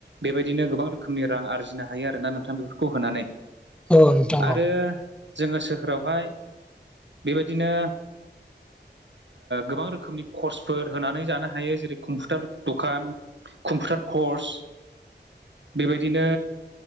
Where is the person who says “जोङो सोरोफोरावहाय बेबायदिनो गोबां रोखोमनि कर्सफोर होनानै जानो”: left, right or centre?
Right